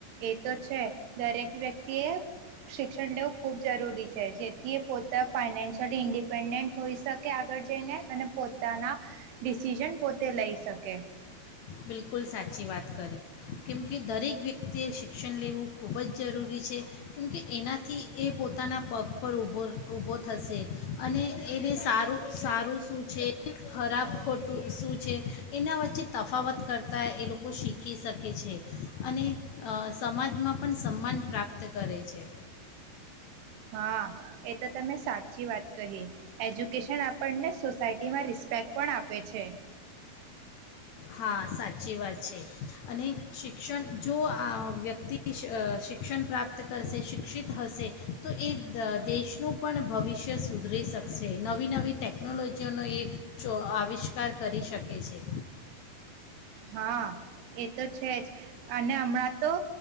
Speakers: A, on the right (about 80°); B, on the left (about 70°).
A: એ તો છે દરેક વ્યક્તિએ શિક્ષણ લેવું ખૂબ જરૂરી છે જેથી એ પોતે ફાઈનાન્શિયલી ઇન્ડિપેન્ડન્ટ હોઈ શકે આગળ જઈને અને પોતાના ડિસિઝન પોતે લઈ શકે,
B: બિલકુલ સાચી વાત કરીએ કેમકે દરેક વ્યક્તિએ શિક્ષણ લેવું ખૂબ જ જરૂરી છે કેમકે એનાથી એ પોતાના પગ પર ભો ઊભો થશે અને એને સારું સારું શું છે. ખરાબ ખોટું શું છે એના વચ્ચે તફાવત કરતાં એ લોકો શીખી શકે છે. અને સમાજમાં પણ સન્માન પ્રાપ્ત કરે છે.
A: હા, એ તો તમે સાચી વાત કહી એજ્યુકેશન આપણને સોસાયટીમાં રિસ્પેક્ટ પણ આપે છે
B: હા સાચી વાત છે અને શિક્ષણ જો આ વ્યક્તિ શિક્ષણ પ્રાપ્ત કરશે શિક્ષિત હશે તો એ દેશનું પણ ભવિષ્ય સુધરી શકશે નવી નવી ટેકનોલોજીઓનો એ આવિષ્કાર કરી શકે છે
A: હા એ તો છે જ અને હમણાં તો